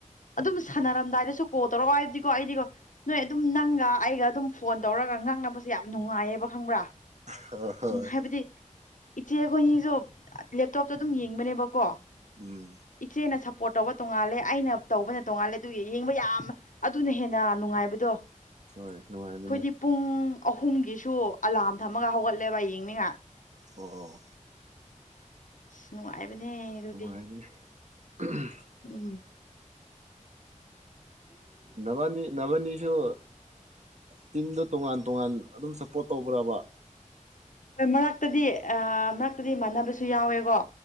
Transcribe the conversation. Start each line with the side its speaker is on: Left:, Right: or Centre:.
Left: ꯑꯗꯨꯝ ꯁꯥꯟꯅꯔꯝꯗꯥꯏꯗꯁꯨ ꯀꯣꯜ ꯇꯧꯔꯛꯑꯣ ꯍꯥꯏꯕꯗꯤꯀꯣ ꯑꯩꯗꯤꯀꯣ ꯅꯣꯏ ꯑꯗꯨꯝ ꯅꯪꯒ ꯑꯩꯒ ꯑꯗꯨꯝ ꯐꯣꯟ ꯇꯧꯔꯒ ꯉꯥꯡꯅꯕꯁꯦ ꯌꯥꯝ ꯅꯨꯡꯉꯥꯏꯌꯦꯕ ꯈꯪꯕ꯭ꯔꯥ
Right: ꯍꯣꯏ ꯍꯣꯏ
Left: ꯎꯝ ꯍꯥꯏꯕꯗꯤ ꯏꯆꯦ ꯑꯩꯈꯣꯏꯅꯤꯁꯨ ꯂꯦꯞꯇꯣꯞꯇ ꯑꯗꯨꯝ ꯌꯦꯡꯕꯅꯦꯕꯀꯣ
Right: ꯎꯝ
Left: ꯏꯆꯦꯅ ꯁꯞꯄꯣꯔꯠ ꯇꯧꯕ ꯇꯣꯡꯉꯥꯜꯂꯦ ꯑꯩꯅ ꯇꯧꯕꯅ ꯇꯣꯡꯉꯥꯜꯂꯦ ꯑꯗꯨ ꯌꯦꯡꯕ ꯌꯥꯝ ꯑꯗꯨꯅ ꯍꯦꯟꯅ ꯅꯨꯡꯉꯥꯏꯕꯗꯣ
Right: ꯍꯣꯏ ꯅꯨꯡꯉꯥꯏꯕꯅꯦ
Left: ꯑꯩꯈꯣꯏꯗꯤ ꯄꯨꯡ ꯑꯍꯨꯝꯒꯤꯁꯨ ꯑꯂꯥꯔꯝ ꯊꯝꯃꯒ ꯍꯧꯒꯠꯂꯦꯕ ꯌꯦꯡꯅꯤꯉ
Right: ꯑꯣ
Left: ꯑꯁ ꯅꯨꯡꯉꯥꯏꯕꯅꯦ ꯑꯗꯨꯗꯤ
Right: ꯅꯨꯡꯉꯥꯏꯕꯅꯦ <unintelligible>
Left: ꯎꯝ
Right: ꯅꯕꯥꯅꯤ ꯅꯕꯥꯅꯤꯁꯨ ꯇꯤꯝꯗ ꯇꯣꯉꯥꯟ ꯇꯣꯉꯥꯟ ꯑꯗꯨꯝ ꯁꯞꯄꯣꯔꯠ ꯇꯧꯕ ꯄꯨꯔꯕ
Left: ꯍꯣꯏ ꯃꯔꯛꯇꯗꯤ ꯃꯔꯛꯇꯗꯤ ꯏꯃꯥꯟꯅꯕꯁꯨ ꯌꯥꯎꯋꯦꯀꯣ